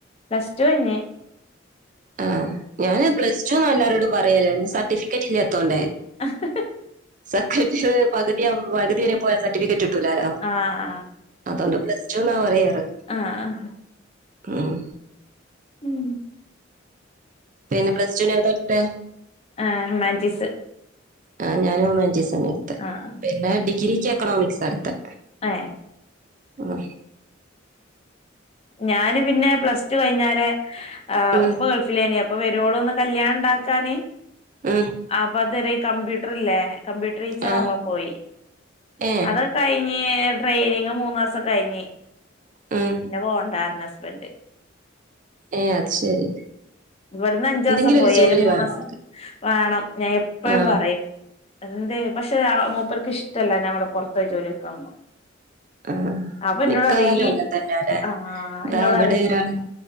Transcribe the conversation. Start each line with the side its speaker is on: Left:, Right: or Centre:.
Left: പ്ലസ് ടുഴിഞ്ഞ്
Right: ആ ഞാന് പ്ലസ് ടുന്നാല്ലാരോടും പറയാലേ സർട്ടിഫിക്കറ്റ് ല്ലാത്തോണ്ടേ.
Left: അ ഹ് ഹ്
Right: സെക്കന്റിയർ പകുതിയാവു പകുതിവരെ പോയ സർട്ടിഫിക്കറ്റ് ട്ടൂലാലൊ
Left: ആഹ്
Right: അതോണ്ട് പ്ലസ് ടു ന്നാ പറയാറ്
Left: ആഹ് ആഹ്
Right: ഉം.
Left: ഉം
Right: പിന്നെ പ്രസ്ടുനേതാട്ത്തെ?
Left: ആ ഹുമാൻറ്റിസ്.
Right: ആ ഞൻ ഉമാൻറ്റീസെന്നെട്ത്തെ.
Left: ആഹ്
Right: പിന്നെ ഡിഗ്രിക്ക് എക്കണോമിക് സാട്ത്തെ.
Left: ഏ
Right: ആ
Left: ഞാന് പിന്നെ പ്ലസ് ടു കഴിഞ്ഞാരെ ആ
Right: ഉം.
Left: ഉപ്പ ഗൾഫിലേനി അ ഇപ്പ വരുവോളൊന്ന് കല്യാണം ണ്ടാക്കാന്
Right: ഉം.
Left: ആപ്പഅത് രെ ഈ കമ്പ്യൂട്ടർ ഇല്ലേ കമ്പ്യൂട്ടർ ടീച്ചറാവാൻ
Right: ആ.
Left: പോയി
Right: ഏ.
Left: അതാണ് കഴി ഞ്ഞേ ട്രെയിനിങ് മൂന്ന് മാസം കഴിഞ്ഞ്.
Right: ഉം.
Left: പിന്നെ പോണ്ടാർഞ്ഞ് ഹസ്ബൻ്റ്.
Right: ഏ അത് ശരി.
Left: ഇവിട്ന്ന് അഞ്ചൂസം
Right: എന്തെങ്കിലും
Left: പോയി
Right: ഒരു ജോലി
Left: അയില് മൂന്ന്സം
Right: വേണം.
Left: വാണം ഞാനെപ്പഴും
Right: ആ.
Left: പറയും. എന്തെ പക്ഷെ ആ മൂപ്പർക്ക് ഇഷ്ടല്ല ഞാവ്ടെ പൊറത്ത് പോയി ജോലിട്ക്ക്ണതൊന്നും.
Right: ആ.
Left: അപ്പൊന്നോട്
Right: മിക്കവാറും
Left: പറഞ്ഞ് ഈ
Right: അങ്ങനെ തന്നെയാല്ലേ.
Left: ആ എന്നോടറിയിം
Right: ദാ ഇവിടെ ഒരാള്